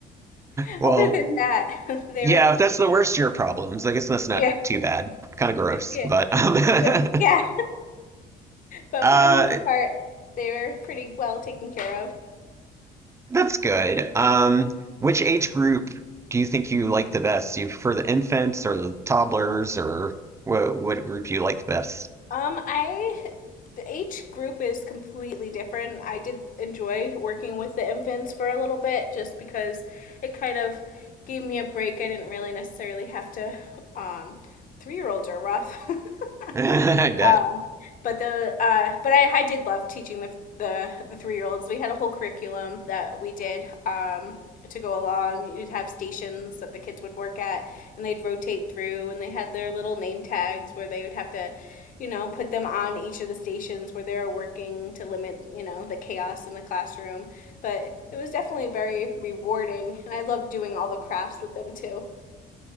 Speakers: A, on the left (about 50°); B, on the right (about 15°).
A: <laughs>
B: Well,
A: other than that <laughs> they
B: yeah,
A: were
B: if that's the worst of your problems, I guess that's not
A: yeah
B: too bad. Kind of gross,
A: yeah
B: but um,
A: yeah yeah. but
B: <laughs> uh,
A: for the most part they were pretty well taken care of
B: that's good. Um, which age group do you think you like the best? Do you prefer the infants or the toddlers, or what, what group do you like the best?
A: Um, I each group is completely different. I did enjoy working with the infants for a little bit just because it kind of gave me a break. I didn't really necessarily have to um 3-year-olds are rough. <laughs>
B: <laughs> I bet.
A: um, but the uh, but I, I did love teaching the the, the three year olds. We had a whole curriculum that we did um, to go along. You'd have stations that the kids would work at, and they'd rotate through, and they had their little name tags where they would have to, you know, put them on each of the stations where they were working to limit, you know, the chaos in the classroom. But it was definitely very rewarding, and I loved doing all the crafts with them too.